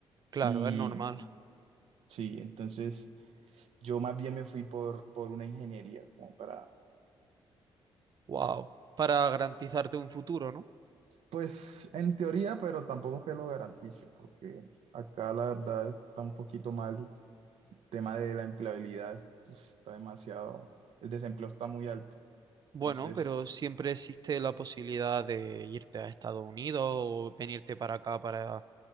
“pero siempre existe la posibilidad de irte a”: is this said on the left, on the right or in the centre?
Right